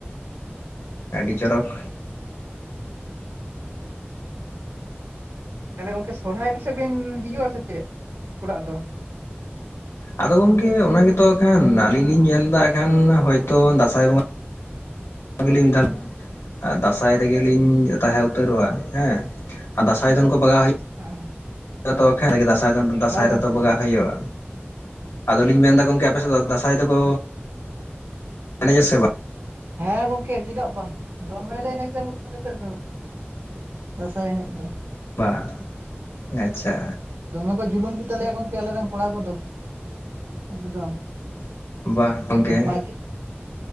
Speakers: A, on the left; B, on the right.
A: ᱟᱹᱰᱤ ᱪᱚᱨᱚᱠ᱾
B: ᱛᱟᱦᱞᱮ ᱜᱚᱝᱠᱮ ᱥᱚᱨᱦᱟᱭ ᱠᱚᱥᱮᱫ ᱵᱤᱱ ᱦᱤᱡᱩᱜ-ᱟ ᱥᱮ ᱪᱮᱫ ᱚᱲᱟᱜ ᱫᱚ?
A: ᱟᱫᱚ ᱜᱚᱝᱠᱮ ᱚᱱᱟ ᱜᱮᱛᱚ ᱦᱟᱸᱜ ᱠᱷᱟᱱ ᱟᱹᱞᱤᱧ ᱞᱤᱧ ᱧᱮᱞᱫᱟ ᱦᱟᱸᱜ ᱠᱷᱟᱱ ᱦᱳᱭᱛᱳ ᱫᱟᱸᱟᱭ ᱵᱚᱸᱜᱟ ᱚᱜᱽᱞᱤᱧ ᱫᱟᱞ ᱟᱨ ᱫᱟᱸᱥᱟᱭ ᱨᱮᱜᱮᱞᱤᱧ ᱛᱟᱦᱮᱸ ᱩᱛᱟᱹᱨᱚᱜᱼᱟ ᱦᱮᱸ ᱟᱨ ᱫᱟᱸᱥᱟᱭ ᱫᱚᱱ ᱠᱚ ᱵᱟᱜᱟᱣ ᱦᱩᱭᱩᱜ
B: ᱦᱩᱸ᱾
A: ᱡᱚᱛᱚ ᱜᱮ ᱦᱟᱸᱜ ᱠᱷᱟᱱ ᱫᱟᱸᱥᱟᱭ ᱫᱚᱱ ᱫᱟᱸᱥᱟᱭ ᱨᱮᱫᱚ
B: ᱜᱚᱝᱠᱮ
A: ᱵᱟᱜᱟᱜ ᱦᱩᱭᱩᱜ-ᱟ᱾ ᱟᱫᱚᱞᱤᱧ ᱢᱮᱱᱫᱟ ᱜᱚᱝᱠᱮ ᱟᱯᱮ ᱥᱮᱫ ᱫᱚ ᱫᱟᱸᱟᱭ ᱫᱚᱠᱚ <unintelligible> ᱥᱮ ᱵᱟᱝ?
B: ᱦᱮᱸ ᱜᱚᱝᱠᱮ ᱪᱮᱫᱟᱜ ᱵᱟᱝ ᱫᱚᱢᱮ ᱞᱮ ᱮᱱᱮᱡᱟ ᱟᱞᱮ ᱥᱮᱫ ᱫᱚ᱾ ᱫᱟᱸᱥᱟᱭ ᱮᱱᱮᱡ ᱫᱚ᱾
A: ᱵᱟᱝ, ᱟᱪᱪᱷᱟ᱾
B: ᱫᱚᱢᱮ ᱠᱚ ᱡᱩᱞᱩᱢ ᱜᱮᱛᱟᱞᱮᱭᱟ ᱜᱚᱝᱠᱮ ᱟᱞᱮᱨᱮᱱ ᱠᱚᱲᱟ ᱠᱚᱫᱚ ᱮᱠᱫᱚᱢ᱾
A: ᱵᱟᱦ ᱜᱚᱝᱠᱮ᱾
B: ᱢᱟᱡᱮ